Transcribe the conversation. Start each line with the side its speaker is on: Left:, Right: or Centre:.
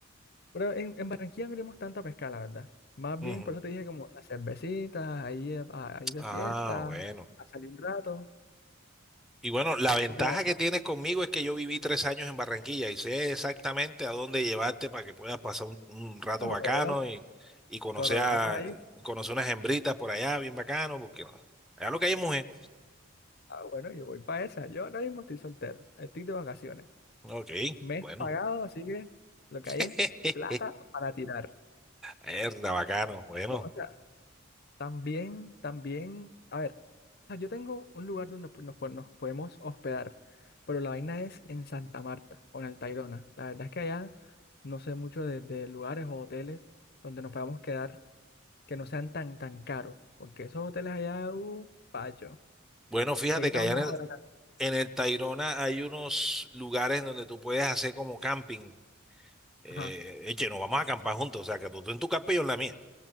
Left: Pero en, en Barranquilla no iremos tanto a pescar, la verdad. Más
Centre: Ujú.
Left: bien, por eso te dije como las cervecitas, ahí, eh, a- ahí de
Centre: Ah,
Left: fiesta,
Centre: bueno.
Left: a salir un rato.
Centre: Y bueno, la ventaja
Left: Porque la verdad,
Centre: que tienes conmigo es que yo viví tres años en Barranquilla y sé exactamente a dónde llevarte para que puedas pasar un, un rato
Left: ah,
Centre: bacano
Left: bueno,
Centre: y, y conocer
Left: coronamos
Centre: a,
Left: ahí.
Centre: conocer unas hembritas por allá, bien bacano, porque no- allá lo que hay es mujer.
Left: Ah, bueno, yo voy para esa. Yo ahora mismo estoy soltero, estoy de vacaciones.
Centre: Ok,
Left: mes
Centre: bueno.
Left: pagado, así que lo que
Centre: <laughs>
Left: hay es plata para tirar.
Centre: Mierda, bacano. Bueno,
Left: Pero, o sea, también, también, a ver, o sea, yo tengo un lugar donde pues, nos, pues, nos podemos hospedar, pero la vaina es en Santa Marta o en el Tayrona. La verdad es que allá no sé mucho de, de lugares o hoteles donde nos podamos quedar que no sean tan, tan caros, porque esos hoteles allá, uh, pacho,
Centre: bueno, fíjate
Left: te quitan
Centre: que allá
Left: un ojo de la cara.
Centre: En el Tayrona hay unos lugares donde tú puedes hacer como camping. Eh,
Left: Ajá,
Centre: eche, nos vamos a acampar juntos, o sea, que tú, tú en tu campa y yo en la mía.